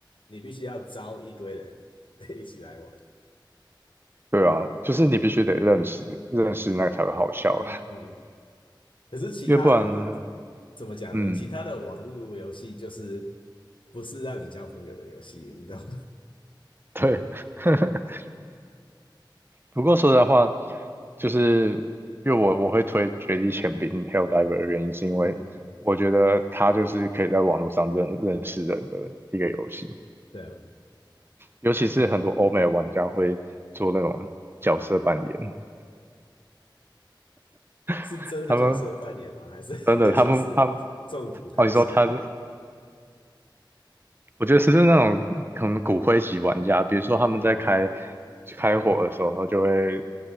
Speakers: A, on the left; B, on the right.
A: 你必须要招一堆人 <laughs> 一起来玩。
B: <laughs> 对啊，就是你必须得认识认识那个才会好笑啊，
A: 嗯嗯嗯。可是其他人的
B: 因为不然，
A: 怎么讲呢？
B: 嗯，
A: 其他的网络游戏就是不是让你交朋友的游戏，你懂吗？
B: 对。<laughs> 不过说实在话，就是因为我我会推《绝地潜兵》Helldiver 的原因，是因为我觉得它就是可以在网络上认认识人的一个游戏，
A: <laughs> 嗯，对啊，
B: 尤其是很多欧美玩家会做那种角色扮演，
A: <laughs> 是真的角色扮演吗？
B: <laughs> 他们
A: 还是
B: 真的，
A: <laughs>
B: 他们他们
A: 其实中毒太深？
B: 哦，你说他，我觉得是就是那种可能骨灰级玩家，比如说他们在开
A: 嗯，
B: 开火的时候，他就会